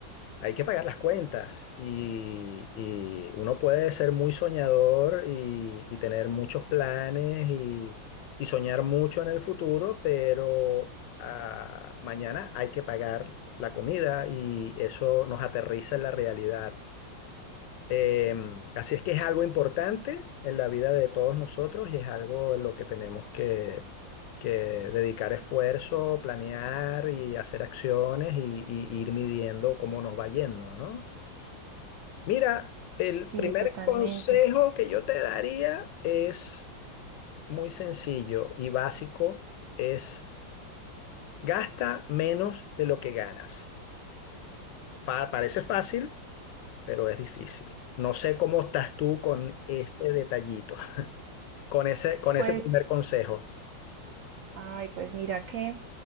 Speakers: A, on the left; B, on the right.
A: hay que pagar las cuentas y, y uno puede ser muy soñador y, y tener muchos planes y, y soñar mucho en el futuro, pero ah, mañana hay que pagar la comida y eso nos aterriza en la realidad. Em, así es que es algo importante en la vida de todos nosotros y es algo en lo que tenemos que, que dedicar esfuerzo, planear y hacer acciones y, y ir midiendo cómo nos va yendo, ¿no? Mira, el
B: Sí,
A: primer
B: totalmente.
A: consejo que yo te daría es muy sencillo y básico, es gasta menos de lo que ganas. Fa- parece fácil, pero es difícil. No sé cómo estás tú con ese detallito, con ese, con
B: Pues,
A: ese primer consejo.
B: ay, pues mira que